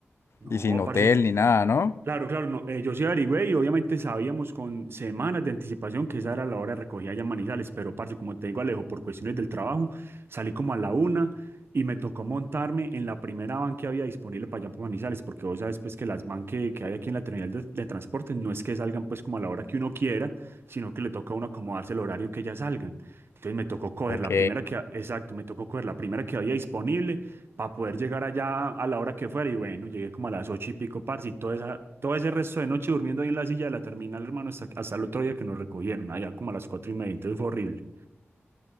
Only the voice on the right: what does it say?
No,
parce,
Claro, claro, no, eh, yo sí averigüé y obviamente sabíamos con semanas de anticipación que esa era la hora de recogida allá en Manizales, pero parce, como te digo Alejo, por cuestiones del trabajo salí como a la una y me tocó montarme en la primera van que había disponible para allá por Manizales, porque vos sabes pues que las van que, que hay aquí en la terminal de, de transporte no es que salgan pues como a la hora que uno quiera, sino que le toca a uno acomodarse el horario que ya salgan. Entonces me tocó coger
la primera que, ha- exacto, me tocó coger la primera que había disponible para poder llegar allá a la hora que fuera. Y bueno, llegué como a las ocho y pico, parce, y toda esa, todo ese resto de noche durmiendo ahí en la silla de la terminal, hermano, hasta, hasta el otro día que nos recogieron, allá como a las cuatro y media, entonces fue horrible.